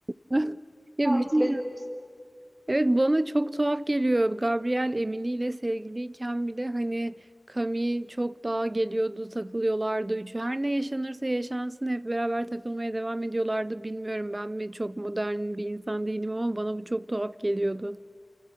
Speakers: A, on the right; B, on the right.
A: <laughs> Ya
B: <laughs>
A: bir
B: tatile
A: şey
B: gitmiş.
A: Evet bana çok tuhaf geliyor. Gabriel Emily ile sevgiliyken bile hani Camille çok daha geliyordu, takılıyorlardı. Üçü her ne yaşanırsa yaşansın hep beraber takılmaya devam ediyorlardı. Bilmiyorum ben mi çok modern bir insan değilim ama bana bu çok tuhaf geliyordu.